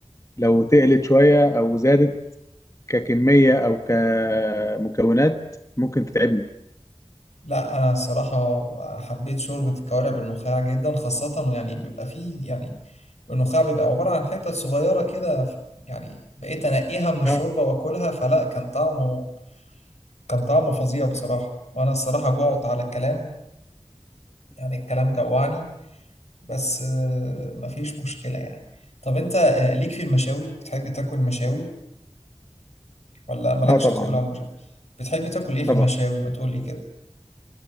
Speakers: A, on the left; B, on the left.
A: لو تقلت شوية أو زادت ككمية أو كمكونات ممكن تتعبني
B: لا أنا الصراحة حبيت شوربة الكوارع بالنخاع جدا خاصة يعني بيبقى فيه يعني النخاع بيبقى عبارة عن حتت صغيرة كده ف- يعني بقيت أنقيها من الشوربة
A: اه
B: وأكلها فلا كان طعمه كان طعمه فظيع بصراحة وأنا الصراحة جوعت على الكلام يعني الكلام جوعني بس آه، مفيش مشكلة يعني طب انت آه، ليك في المشاوي بتحب تاكل مشاوي ولا مالكش
A: اه طبعا
B: تقول على المشاوي بتحب تاكل ايه في
A: طبعا
B: المشاوي ما تقولي كده